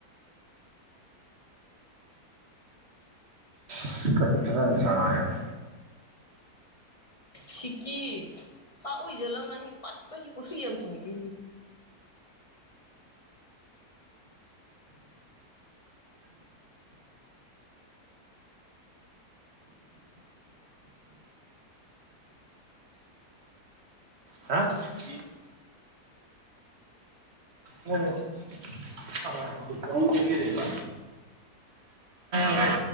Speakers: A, on the right; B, on the left.
A: ꯏꯁꯀ ꯐꯖ
B: ꯁꯤꯀꯤ ꯄ ꯑꯣꯏꯖꯂꯪ ꯑꯍ ꯄꯠꯄꯁꯤ ꯀꯁꯤ ꯌꯥꯡ ꯊꯃꯤ ꯀꯁꯤ <inaudible>
A: ꯍꯥ <inaudible> <inaudible> <inaudible> ꯑ ꯗꯤꯀꯥꯎꯟ ꯀꯀ ꯗꯒ ꯉꯥꯏ